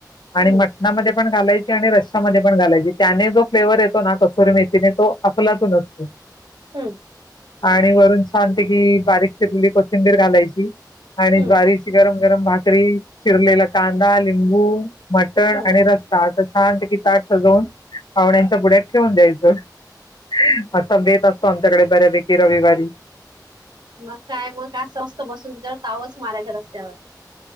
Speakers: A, on the left; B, on the right.
A: आणि
B: हम्म
A: मटणामध्ये पण घालाय ती आणि रश्या मध्ये पण घालायची. त्याने जो फ्लेवर येतो ना कसूरी मेथीने तो अफलातून असतो.
B: हम्म
A: आणि वरून छानपैकी बारीक चिरलेली कोथिंबीर घालायची. आणि
B: हम्म
A: ज्वारीची गरम गरम भाकरी चिरलेला कांदा लिंबू मटण
B: हम्म
A: आणि रस्सा असा छानपैकी ताट सजवून पावण्यांच्या पुड्यात ठेवून द्यायचं. <unintelligible> असा बेत असतो आमच्याकडे बऱ्यापैकी रविवारी.
B: मग काय, मग काय स्वस्थ बसून त्याच्यावर तावच मारायचा रस्यावर.